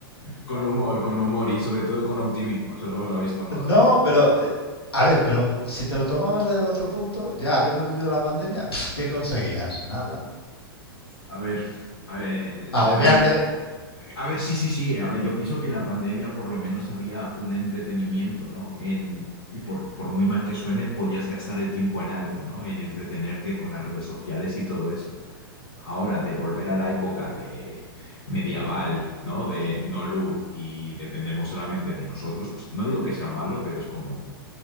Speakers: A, on the left; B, on the left.
A: Con humor, con humor y sobre todo con optimismo. Se Os lo habéis tomado,
B: No,
A: la verdad.
B: pero eh, a ver, pero si te lo tomabas desde el otro punto, ya habiendo vivido la pandemia, pf, ¿qué conseguías? Nada.
A: A ver, a ver, eh,
B: Agobiarte.
A: la pandemia. A ver, sí, sí, sí. eh, A ver, yo pienso que en la pandemia por lo menos había un entretenimiento, ¿no? En, y por, por muy mal que suene, podías gastar el tiempo en algo, ¿no? En entretenerte con las redes sociales y todo eso. Ahora, de volver a la época de medieval, ¿no? De no luz y dependemos solamente de nosotros, pues no digo que sea malo, pero es como.